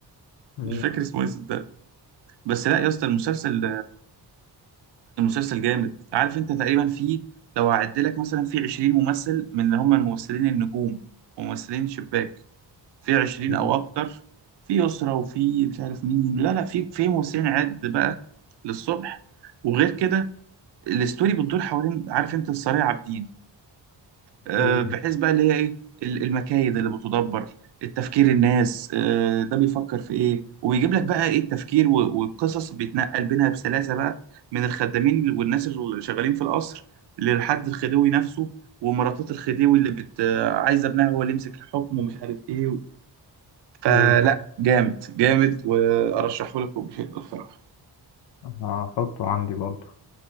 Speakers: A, on the left; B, on the right.
A: اوكي
B: مش فاكر اسمه ايه بس لا يا اسطى المسلسل المسلسل جامد عارف انت تقريبا فيه لو هعد لك مثلا في 20 ممثل من اللي هم الممثلين النجوم ممثلين شباك في 20
A: اوكي
B: او اكتر في اسره وفي مش عارف مين لا لا في في ممثلين عد بقى للصبح وغير كده الاستوري بتدور حوالين عارف انت السرايا عابدين آه،
A: اوكي
B: بحيث بقى اللي هي ايه ال- المكايد اللي بتدبر التفكير الناس آه، ده بيفكر في ايه وبيجيب لك بقى ايه التفكير و- والقصص بيتنقل بينها بسلاسة بقى من الخدامين والناس اللي شغالين في القصر للحد الخديوي نفسه ومراتات الخديوي اللي بت آه، عايزة ابنها هو اللي يمسك الحكم ومش عارف ايه فلا
A: اوكي.
B: جامد جامد وارشحه لك وبشدة الصراحة
A: انا هحطه عندي برضه